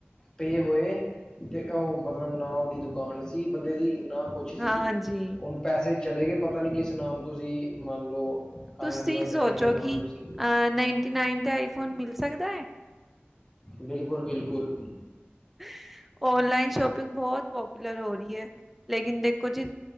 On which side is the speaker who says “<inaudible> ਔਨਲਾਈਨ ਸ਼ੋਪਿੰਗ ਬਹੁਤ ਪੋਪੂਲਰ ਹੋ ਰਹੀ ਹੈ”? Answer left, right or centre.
Centre